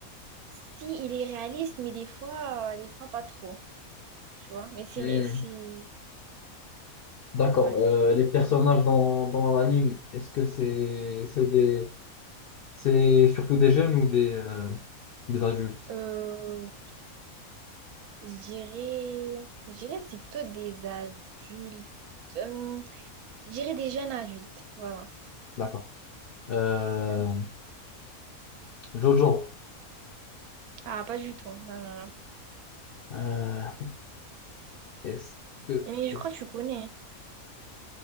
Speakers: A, on the right (about 85°); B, on the left (about 70°).
A: si, il est réaliste, mais des fois, euh, des fois pas trop, tu vois. Mais c'est,
B: Hmm.
A: c'est,
B: D'accord.
A: ouais.
B: Euh, les personnages dans, dans l'anime, est-ce que c'est c'est des c'est surtout des jeunes ou des euh, des adultes?
A: Euh, je dirais, je dirais que c'est plutôt des adultes. Hum, je dirais des jeunes adultes, voilà.
B: D'accord. Euh,
A: Simple.
B: Jojo.
A: Ah, pas du tout, non, non, non.
B: Euh, est-ce que
A: Mais
B: est
A: je crois que tu connais. hein.